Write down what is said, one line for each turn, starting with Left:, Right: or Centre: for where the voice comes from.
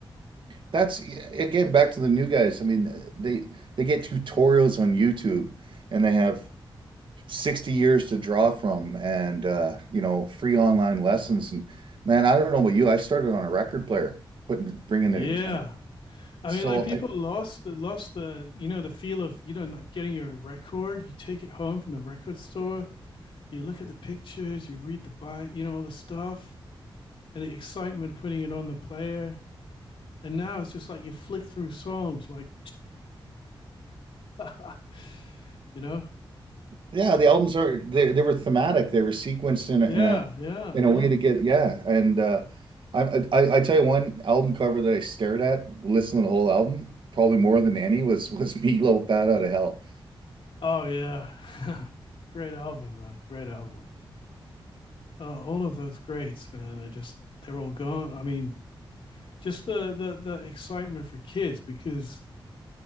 Right: That's yeah, again back to the new guys. I mean, uh, they they get tutorials on YouTube and they have 60 years to draw from and uh, you know, free online lessons and man, I don't know about you. I started on a record player, putting bringing
Left: Yeah.
Right: the
Left: I
Right: so
Left: mean, like people lost the lost the, you know, the feel of, you know, like getting your record, you take it home from the record store, you look at the pictures, you read the bite, you know, all the stuff and the excitement of putting it on the player. And now it's just like you flick through songs like, <laughs> <tsk> you know?
Right: Yeah, the albums are they they were thematic. They were sequenced in a
Left: Yeah,
Right: in a
Left: yeah,
Right: in a
Left: yeah.
Right: Yeah. way to get yeah. And uh, I, I I tell you one album cover that I stared at listening to the whole album probably more than any was was <laughs> Meatloaf Bad Out of Hell.
Left: Oh yeah. <laughs> Great album, man. Great album. Uh, all of those greats, man. I just they're all gone. I mean, just the the the excitement for kids because